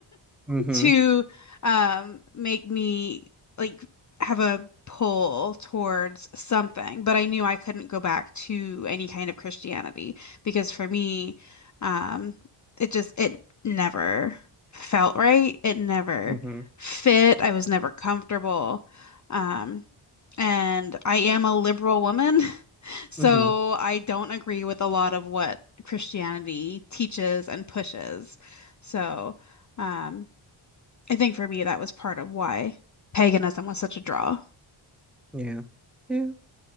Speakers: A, in the centre; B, on the left.
A: hmm
B: to um make me like have a pull towards something, but I knew I couldn't go back to any kind of Christianity because for me, um, it just it never felt right. It never
A: hmm
B: fit. I was never comfortable. Um, and I am a liberal woman, <laughs> so
A: hmm
B: I don't agree with a lot of what Christianity teaches and pushes. So, um, I think for me, that was part of why paganism was such a draw.
A: Yeah. Yeah.